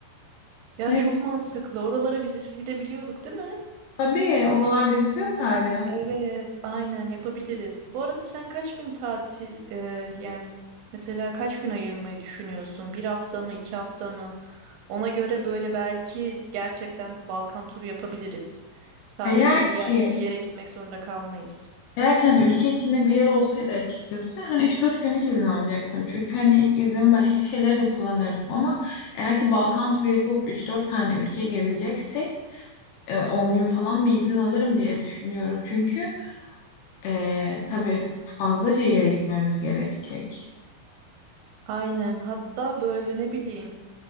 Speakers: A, on the right; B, on the left.
A: Ya
B: Ve
A: çok mantıklı. Oralara vizesiz gidebiliyorduk, değil mi?
B: tabii oralarda vize yok hala.
A: Evet, aynen yapabiliriz. Bu arada sen kaç gün tatil e, yani mesela kaç gün ayırmayı düşünüyorsun? Bir hafta mı, iki hafta mı? Ona göre böyle belki gerçekten Balkan turu yapabiliriz. Sadece
B: Eğer
A: bir yer
B: ki
A: bir yere gitmek zorunda kalmayız.
B: eğer ki hani ülke içinde bir yer olsaydı açıkçası hani üç dört günlük izin alacaktım. Çünkü hani iznimi başka şeylere de kullanırdım ama eğer ki Balkan turu yapıp üç dört tane ülke gezeceksek e, 10 gün falan bir izin alırım diye düşünüyorum. Çünkü e, tabii fazlaca yere gitmemiz gerekecek.
A: Aynen. Hatta böyle ne bileyim